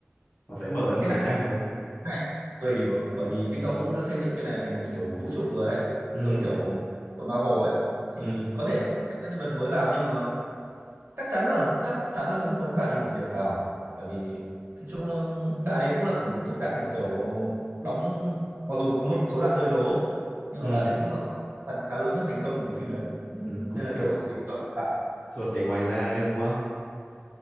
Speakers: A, on the left; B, on the right.
A: nó sẽ mở ra một
B: cái
A: cái
B: này
A: trang
B: cái
A: mới?
B: này thì tùy bởi, bởi vì Victor Vũ đã xây dựng cái này thành một kiểu vũ trụ rồi ấy giống
A: Ừ.
B: kiểu của Marvel ấy thì
A: Ừ.
B: có thể là sẽ thêm các nhân vật mới vào nhưng mà chắc chắn là chắc chắn là vẫn có cái bà Đinh Ngọc Diệp vào bởi vì nói chung là bà đấy cũng là thuộc thuộc dạng kiểu đóng mặc dù có một số đoạn hơi lố nhưng
A: Ừ.
B: mà bà đấy cũng là phần khá lớn nhất thành công của cái phim đấy
A: Ừ, cũng
B: nên là
A: kiểu
B: chẳng tội gì cũng cho bà cả
A: ruột để ngoài da đây đúng không?